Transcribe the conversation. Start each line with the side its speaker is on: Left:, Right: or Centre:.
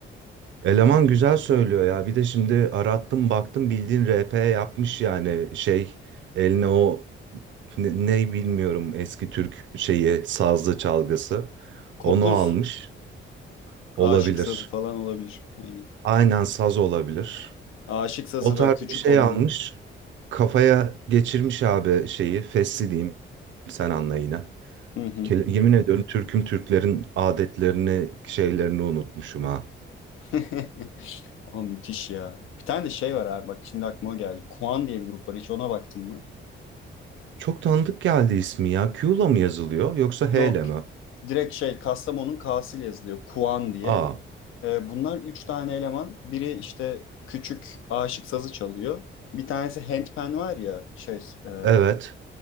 Right: Eleman
Left: Hmm.
Right: güzel söylüyor ya. Bir de şimdi arattım baktım bildiğin RP yapmış yani şey eline o ne, ne bilmiyorum eski Türk şeyi sazlı çalgısı.
Left: Kopuz
Right: Onu almış olabilir.
Left: aşık sazı falan olabilir. Aynen.
Right: Aynen saz olabilir.
Left: Aşık sazı
Right: O tarz
Left: böyle küçük
Right: bir şey
Left: olanı.
Right: almış. Kafaya geçirmiş abi şeyi fesli diyeyim sen anla yine.
Left: Hı hı.
Right: Ke- Yemin ediyorum Türk'üm Türklerin adetlerini şeylerini unutmuşum ha.
Left: <laughs> Ama müthiş ya. Bir tane de şey var abi bak şimdi aklıma geldi. Kuan diye bir grup var. Hiç ona baktın mı?
Right: Çok tanıdık geldi ismi ya. Q'la mı yazılıyor yoksa
Left: Yok.
Right: H ile mi?
Left: Direkt şey Kastamonu'nun K'sıyla yazılıyor. Kuan diye.
Right: A.
Left: Ee, bunlar üç tane eleman. Biri işte küçük aşık sazı çalıyor. Bir tanesi handpan var ya şey e,
Right: Evet.